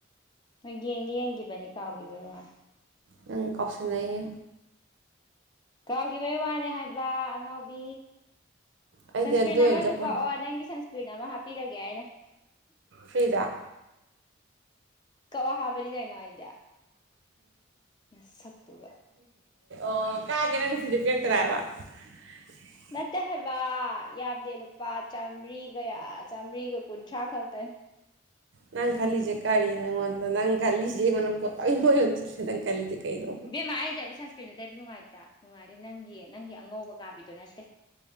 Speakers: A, on the left (about 20°); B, on the right (about 70°).
A: ꯍꯣꯏ ꯌꯦꯡꯗꯤ ꯌꯦꯡꯒꯤꯕꯅꯦ ꯀꯥꯎꯒꯤꯕꯩ ꯋꯥ
B: ꯅꯪ ꯀꯥꯎꯁꯟꯅꯩꯌꯦ
A: ꯀꯥꯎꯒꯤꯕꯩ ꯋꯥꯅꯦ ꯍꯥꯏ ꯋꯥ ꯑꯉꯥꯎꯕꯤ
B: ꯑꯩꯗꯤ
A: ꯁꯟꯁꯀ꯭ꯔꯤꯟ
B: ꯑꯗꯨ
A: ꯑꯃꯁꯨ
B: ꯑꯣꯏꯅ ꯆꯠꯄ
A: ꯀꯛꯑꯣ ꯅꯪꯒꯤ ꯁꯟꯁ ꯀ꯭ꯔꯤꯟ ꯑꯃ ꯍꯥꯞꯄꯤꯔꯒꯦ ꯍꯥꯏꯅ
B: ꯐ꯭ꯔꯤꯗꯥ
A: ꯀꯋꯥ ꯍꯥꯕꯅꯤ ꯀꯩꯅꯣ ꯑꯩꯗꯤ ꯅꯁꯛꯇꯨꯒ
B: ꯎ ꯀꯌꯥ ꯀꯦꯅꯦ ꯁꯤꯗꯤ ꯄ ꯇꯔꯑ <unintelligible> <inaudible>
A: ꯅꯠꯇꯦ ꯍꯥꯏꯕ ꯌꯥꯝꯗꯦ ꯂꯨꯄꯥ ꯆꯥꯝꯃ꯭ꯔꯤꯒ ꯆꯥꯝꯃ꯭ꯔꯤꯒ ꯀꯨꯟꯊ꯭ꯔꯥ ꯈꯛꯇꯅꯤ
B: ꯅꯪ ꯈꯜꯂꯤꯖꯦ ꯀꯔꯤꯅꯣ ꯑꯩꯉꯣꯟꯗ ꯅꯪ ꯈꯜꯂꯤꯖꯦ ꯌꯦꯡꯉꯣ ꯄꯣꯠꯇꯪ ꯀꯣꯏ <unintelligible> ꯅꯪ ꯈꯜꯂꯤꯖꯦ ꯀꯩꯅꯣ
A: ꯏꯕꯦꯝꯃ ꯑꯩꯅ ꯇꯩꯕ ꯁꯟꯁꯀ꯭ꯔꯤꯟꯖꯦ ꯇꯩꯕ ꯅꯨꯡꯉꯥꯏꯇ꯭ꯔꯥ ꯅꯨꯡꯉꯥꯏꯔꯦ ꯅꯪꯒꯤ ꯅꯪꯒꯤ ꯑꯉꯧꯕ ꯀꯥꯕꯤꯗꯣ ꯅꯠꯇꯦ